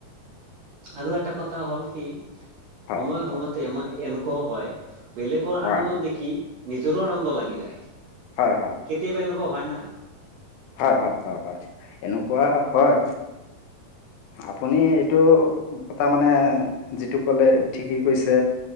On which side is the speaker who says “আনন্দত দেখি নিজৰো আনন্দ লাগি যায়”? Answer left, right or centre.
Right